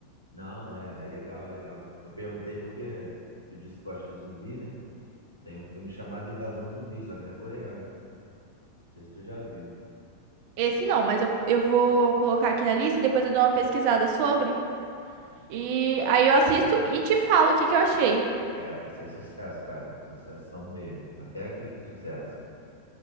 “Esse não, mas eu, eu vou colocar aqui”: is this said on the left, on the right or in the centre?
Right